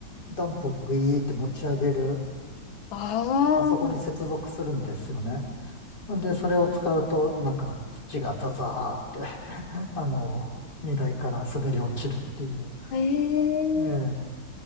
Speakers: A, on the left; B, on the left.
A: ダンプをグイーって持ち上げる、
B: あ
A: あそこに接続するんですよね。んで、それを使うと、なんか土がザザーって <laughs> あの、荷台から滑り落ちるっていう。
B: あ、ええ
A: ええ